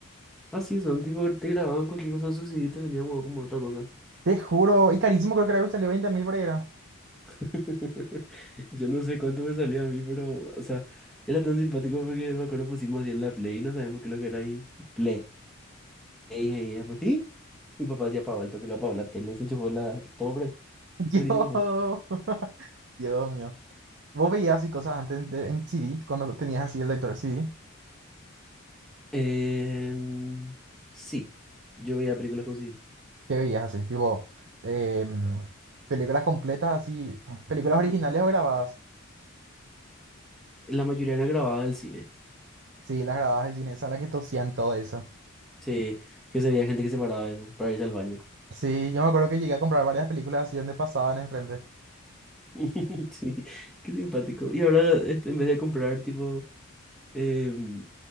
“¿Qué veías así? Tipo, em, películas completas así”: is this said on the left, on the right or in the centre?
Right